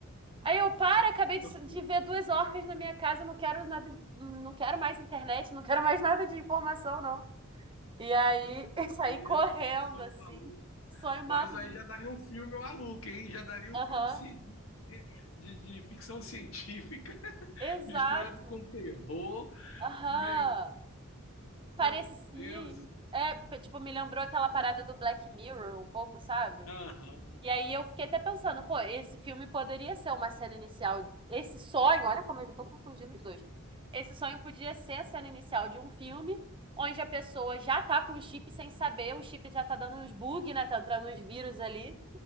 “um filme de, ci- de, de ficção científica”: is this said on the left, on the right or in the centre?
Left